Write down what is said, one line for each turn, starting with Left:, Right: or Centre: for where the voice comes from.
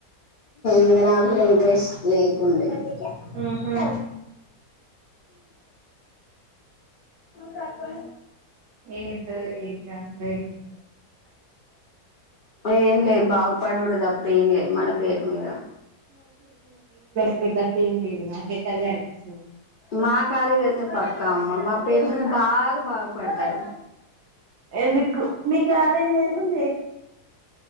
Left: ఇంగా నాకూడ ఇంట్రెస్ట్ లేకుండే
Right: ఆహా
Left: హా తప్ప
Right: ఏందో ఈ ఎగ్జామ్స్ ఏందో
Left: ఏం లేదు బాగుపడుడు తప్ప ఏం లేదు మన పేరు మీద.
Right: ఒకటి తప్ప ఏం లేదు నాకైతే అదే అనిపిస్తుంది.
Left: మా కాలేజీ అయితే పక్కా అమ్మ మా పేరు మీ బాగా బాగుపడతరు.
Right: ఎందుకు మీ కాలేజ్ల ఎంఉందే.